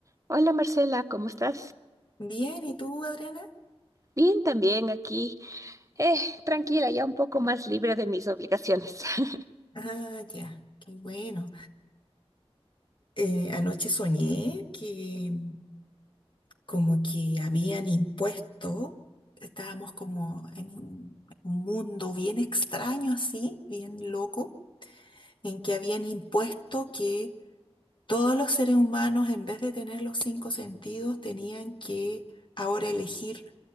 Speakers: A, on the right; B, on the left.
A: Hola Marcela, ¿cómo estás?
B: Bien, ¿y tú, Adriana?
A: Bien, también aquí. Eh, tranquila, ya un poco más libre de mis obligaciones. <laughs>
B: Ah, ya, qué bueno. Eh, anoche soñé que mm, como que habían impuesto, estábamos como en un un mundo bien extraño así, bien loco, en que habían impuesto que todos los seres humanos, en vez de tener los cinco sentidos, tenían que ahora elegir